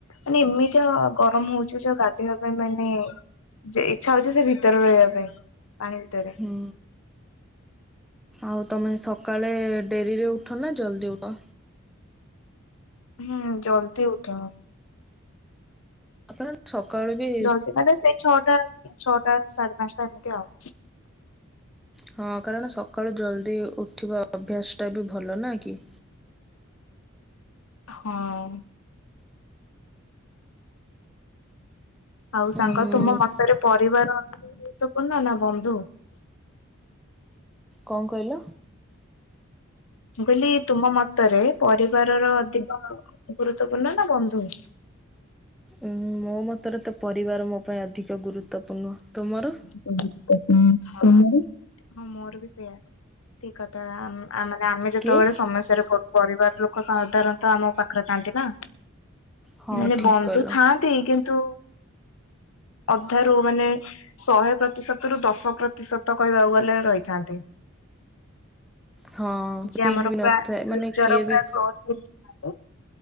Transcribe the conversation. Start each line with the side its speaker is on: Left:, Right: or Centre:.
Left: ମାନେ ଏମିତିଆ ଗରମ ହଉଚି ଯେ ଗାଧେଇବା ପାଇଁ ମାନେ ଯେ ଇଚ୍ଛା ହଉଚି ସେ ଭିତରେ ରହିବା ପାଇଁ ପାଣି ଭିତରେ।
Centre: ହୁଁ। ଆଉ ତମେ ସକାଳେ ଡେରିରେ ଉଠ ନା ଜଲ୍ଦି ଉଠ?
Left: ହୁଁ ଜଲ୍ଦି ଉଠେ ମୁଁ।
Centre: ଆପଣ ଛକାଳୁ ବି
Left: ଜଲୂଦି କଇଲେ ସେଇ ଛଅଟା ଛଅଟା ସାଢେ ପାଞ୍ଚଟା ଏମିତି ଆଉ।
Centre: ହଁ କାରଣ ସକାଳୁ ଜଲ୍ଦି ଉଠିବା ଅଭ୍ୟାସ୍ ଟା ବି ଭଲ ନା କି?
Left: ହଁ। ଆଉ ସାଙ୍ଗ
Centre: ଉଁ
Left: ତୁମ ମତରେ ପରିବାରର ଅଧିକ ଗୁରୁତ୍ୱପୂର୍ଣ୍ଣ ନା ବନ୍ଧୁ?
Centre: କଁ କଇଲ?
Left: ମୁଁ କଇଲି ତୁମ ମତରେ ପରିବାରର ଅଧିକ ଗୁରୁତ୍ୱପୂର୍ଣ ନା ବନ୍ଧୁ?
Centre: ଉଁ ମୋ ମତରେ ତ ପରିବାର ମୋ ପାଇଁ ଅଧିକ ଗୁରୁତ୍ୱପୂର୍ଣ୍ଣ। ତୁମର?
Left: ତୁମର? ହଁ ମୋର ବି ସେଇୟା ଠିକ୍ କଥା ଆମ୍ ଆମ ଚାଇନା ଆମେ ଯେତେବେଳେ
Centre: କିଏ?
Left: ସମସ୍ୟାରେ ପଡୁ ପରିବାର ଲୋକ ସାଧାରଣତଃ ଆମ ପାଖରେ ଥାନ୍ତି ନା।
Centre: ହଁ
Left: ମାନେ
Centre: ଠିକ୍
Left: ବନ୍ଧୁ
Centre: କହିଲ
Left: ଥାଆନ୍ତି କିନ୍ତୁ ଅଧାରୁ ମାନେ ଶହେ ପ୍ରତିଶତ ରୁ ଦଶ ପ୍ରତିଶତ କହିବାକୁ ଗଲେ ରହିଥାନ୍ତି।
Centre: ହଁ
Left: ଯିଏ
Centre: ଠିକ୍
Left: ଆମର
Centre: ବି
Left: ପୁରା
Centre: ନଥାଏ ମାନେ
Left: ନିଜର
Centre: କିଏ
Left: ପୁରା
Centre: ବି
Left: ହକ୍ ହେଇଥାନ୍ତି। <unintelligible>